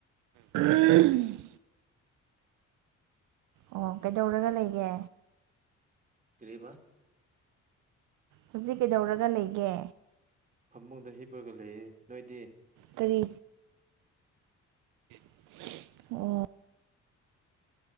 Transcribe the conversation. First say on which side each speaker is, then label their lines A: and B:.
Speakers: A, on the right; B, on the right.
A: ꯎꯝ ꯑꯣ ꯀꯩꯗꯧꯔꯒ ꯂꯩꯒꯦ
B: ꯀ꯭ꯔꯤꯕ
A: ꯍꯧꯖꯤꯛ ꯀꯩꯗꯧꯔꯒ ꯂꯩꯒꯦ
B: ꯐꯃꯨꯡꯗ ꯍꯤꯞꯄꯒ ꯂꯩꯌꯦ ꯅꯣꯏꯗꯤ
A: ꯀꯔꯤ <unintelligible> ꯑꯣ